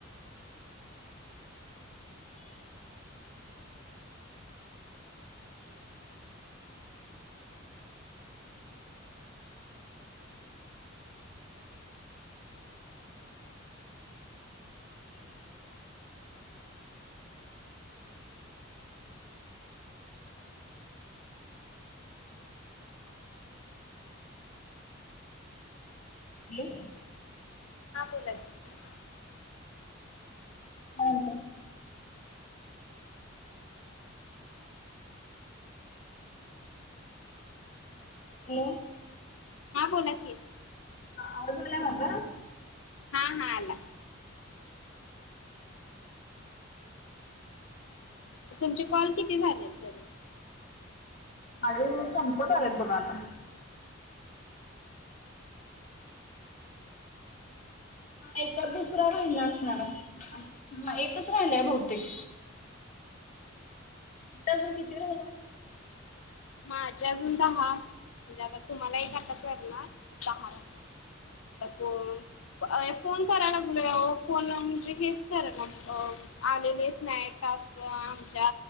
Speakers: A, on the left; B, on the left.
A: हॅलो
B: हा बोला त
A: हा का हॅलो
B: हा बोला क
A: ह हदला मग
B: हा हा आला तुमचे कॉल किती झालेत तरी
A: माझे संपत आलेत बघा आता एच दुसरा राहिला असणार आहे एकच राहिलाय बहुतेक अजून किती राहिला
B: माझ्या अजून दहा म्हणजे आता तुम्हाला एक आता फेरणार आता त फोन करायला लागलो या फोन म्हणजे हेच करा ना आलेलेच नाईट टास्क आमच्या